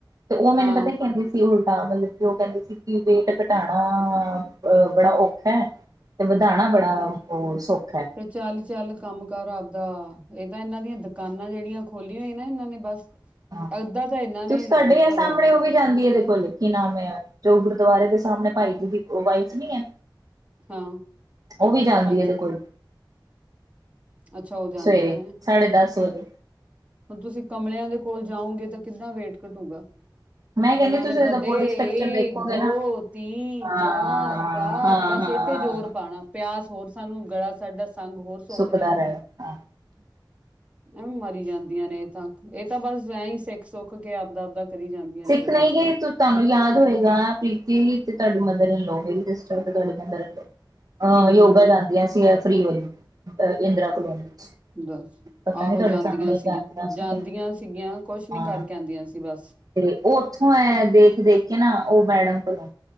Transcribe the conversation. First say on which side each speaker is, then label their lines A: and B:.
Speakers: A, on the right (about 50°); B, on the right (about 15°).
A: ਤੇ ਉਹ ਮੈਨੂੰ
B: ਹਾਂ
A: ਪਤਾ ਕਹਿੰਦੀ ਸੀ। ਤਾਂ ਮਤਲਬ ਕਿ ਉਹ ਕਹਿੰਦੇ ਸੀ, ਕਿ ਵੇਟ ਘਟਾਣਾ ਅ ਬੜਾ ਔਖਾ ਹੈ। ਤੇ ਵਧਾਉਣਾ ਬੜਾ ਉਹ ਸੌਖਾ।
B: ਫ ਚੱਲ- ਚੱਲ, ਕੰਮ ਕਾਰ ਆਪਦਾ ਇਹ ਤਾਂ ਇਹਨਾਂ ਦੀਆਂ ਦੁਕਾਨਾਂ ਜਿਹੜੀਆਂ। ਖੋਲੀਆਂ ਹੋਈ ਨਾ ਇਹਨਾਂ ਨੇ ਬਸ
A: ਹਾਂ
B: ਅੱਧਾ ਤਾਂ ਇਹਨਾਂ ਨੇ
A: ਤੁਸੀ ਤੁਹਾਡੇ
B: ਭਰਿਆ
A: ਸਾਹਮਣੇ
B: ਹੋ।
A: ਉਹ ਵੀ ਜਾਂਦੀ ਇਹਦੇ ਕੋਲ ਕੀ ਨਾਮ ਹੈ ਜੋ ਗੁਰਦੁਆਰੇ ਦੇ ਸਾਹਮਣੇ ਭਾਈ ਜੀ ਦੀ ਉਹ ਵਾਈਫ ਨੀ ਹੈ।
B: ਹਾਂ
A: ਉਹ ਵੀ ਜਾਂਦੀ
B: ਹਾਂਜੀ
A: ਇਹਦੇ ਕੋਲ।
B: ਅੱਛਾ ਉਹ ਜਾਂਦੀਆਂ
A: ਸਵੇਰੇ
B: ਹੈ।
A: ਸਾਢੇ ਦਸ ਵਜੇ।
B: ਤੁਸੀਂ ਕਮਲਿਆਂ ਦੇ ਕੋਲ ਜਾਓਗੇ ਤਾਂ ਕਿੱਦਾਂ ਵੇਟ ਘਟੂਗਾ।
A: ਮੈਂ
B: ਉਹਨਾਂ
A: ਕਹਿੰਦੀ ਤੁਸੀਂ
B: ਨੇ ਤਾਂ
A: ਇਹਦਾ
B: ਦੇ
A: ਬੋਡੀ ਸਟਰਕਚਰ
B: ਏਕ,
A: ਦੇਖੋਗੇ
B: ਦੋ,
A: ਨਾ
B: ਤੀਨ,
A: ਹਾਂ
B: ਚਾਰ, ਪਾਂਚ
A: ਹਾਂ
B: ਬਸ।
A: ਹਾਂ
B: ਸੇ
A: ਹਾਂ
B: ਤੇ ਜ਼ੋਰ ਪਾਉਣਾ ਪਿਆਸ ਹੋਰ ਸਾਨੂੰ ਗਲਾ ਸਾਡਾ‌। ਸੰਗ ਹੋਰ ਸੁੱਕ
A: ਸੁੱਖ
B: ਜਾਣਾ।
A: ਦਾ ਰਹਿਣਾ ਹਾਂ।
B: ਐ ਮਰੀ ਜਾਂਦੀਆਂ ਨੇ ਇਹ ਤਾਂ, ਇਹ ਤਾਂ ਬਸ ਐਹੀ ਸਿੱਖ ਸੁਖ ਕੇ ਆਪਦਾ- ਆਪਦਾ। ਕਰੀ ਜਾਂਦੀਆਂ ਨੇ
A: ਸਿੱਖ
B: ਜੋ
A: ਨਹੀਂ
B: ਕੁੱਝ
A: ਗਿਆ
B: ਕਰਦੀ
A: ਤੋ। ਤੁਹਾਨੂੰ ਯਾਦ ਹੋਏਗਾ ਪ੍ਰੀਤੀ ਜੀ, ਤੇ ਤੁਹਾਡੀ ਮਦਰ ਇਨਲਓ ਮੇਰੀ ਸਿਸਟਰ ਤੇ ਤੁਹਾਡੀ ਮਦਰ ਇਨਲਓ। ਅ
B: ਹੂੰ
A: ਯੋਗਾ
B: ਹੂੰ ਹੂੰ
A: ਲਾਦੀਆਂ ਸੀਗਾ ਫ੍ਰਰੀ ਉਹ ਵੀ ਇੰਦਰਾ ਕਲੋਨੀ ਵਿੱਚ।
B: ਬੱਸ
A: ਪਤਾ
B: ਆਹੋ
A: ਨੀ ਤੁਹਾਡੇ
B: ਜਾਂਦੀਆਂ
A: ਸਾਹਮਣੇ
B: ਸੀਗੀਆਂ,
A: ਜਾਂਦੀਆਂ ਸੀ
B: ਜਾਂਦੀਆਂ
A: ਕਿ ਨਹੀਂ
B: ਸੀਗੀਆਂ, ਕੁਛ ਨੀ
A: ਹਾਂ
B: ਕਰਕੇ ਆਉਂਦੀਆਂ ਸੀ ਬਸ।
A: ਤੇ ਉਹ ਉੱਥੋਂ ਹੈ ਦੇਖ- ਦੇਖ ਕੇ ਨਾ ਉਹ ਮੈਡਮ ਕੋਲੋਂ।